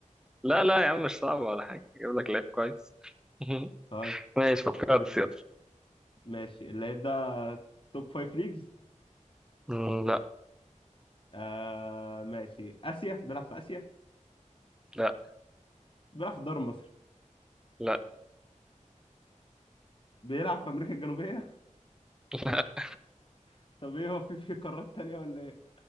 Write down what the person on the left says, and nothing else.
طيب
ماشي اللعيب ده توب فايف ليجز
آه ماشي آسيا بيلعب في آسيا
بيلعب في الدوري المصري
بيلعب في أمريكا الجنوبية
<laughs> طب ايه هو في في قارات تانية ولا ايه